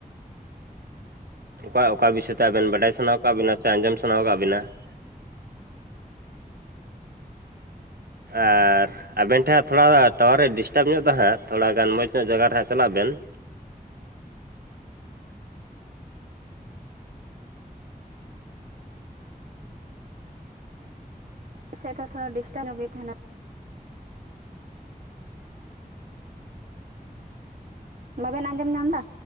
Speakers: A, on the right; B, on the right.
A: ᱚᱠᱟ ᱚᱠᱟ ᱵᱤᱥᱚᱭ ᱛᱮ ᱟᱵᱮᱱ ᱵᱟᱰᱟᱭ ᱥᱟᱱᱟ ᱟᱠᱟᱟᱜ ᱵᱤᱱᱟ ᱥᱮ ᱟᱸᱡᱚᱢ ᱥᱟᱱᱟ ᱟᱠᱟᱫ ᱵᱤᱱᱟ ᱚ ᱟᱨ ᱟᱵᱮᱱ ᱴᱷᱮᱱ ᱛᱷᱚᱲᱟ ᱴᱟᱣᱟᱨᱮ ᱰᱤᱥᱴᱟᱵᱽ ᱧᱚᱜ ᱮ ᱦᱟᱸᱜ ᱛᱷᱚᱲᱟ ᱜᱟᱱ ᱢᱚᱡᱽ ᱧᱚᱜ ᱡᱟᱭᱜᱟ ᱨᱮ ᱦᱟᱸᱜ ᱪᱟᱞᱟᱜ ᱵᱮᱱ ᱦ <inaudible>
B: ᱥᱮᱫ ᱦᱚᱸ ᱛᱷᱚᱲᱟ ᱰᱤᱥᱴᱟᱵᱽ ᱜᱮ ᱛᱟᱦᱮᱱᱟ ᱵᱟᱵᱮᱱ ᱟᱸᱡᱚᱢ ᱧᱟᱢ ᱮᱫᱟ᱾